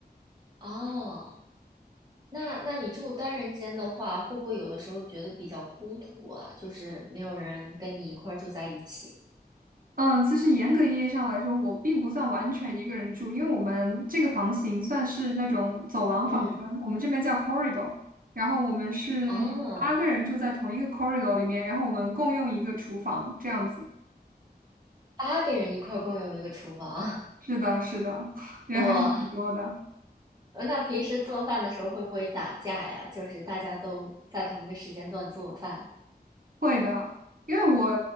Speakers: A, on the right; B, on the right.
A: 哦，那那你住单人间的话，会不会有的时候觉得比较孤独啊？就是没有人跟你一块儿住在一起。
B: 嗯，其实严格意义上来说，我并不算完全一个人住，因为我们这个房型算是那种走廊房间，
A: 嗯，
B: 我们这边叫 corridor，然后我们是
A: 哦，
B: 八个人住在同一个 corridor 里面，然后我们共用一个厨房，这样子。
A: 八个人一块儿共用一个厨房，
B: 是的，是的，<laughs> 人还是挺多的。
A: <laughs> 哇，那平时做饭的时候会不会打架呀？就是大家都在同一个时间段做饭。
B: 会的，因为我